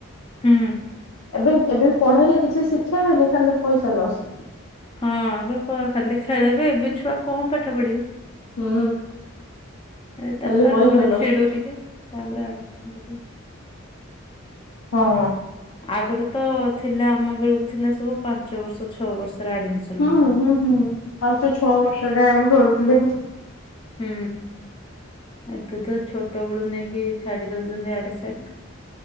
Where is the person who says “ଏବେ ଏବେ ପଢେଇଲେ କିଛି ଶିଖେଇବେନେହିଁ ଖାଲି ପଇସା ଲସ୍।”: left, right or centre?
Left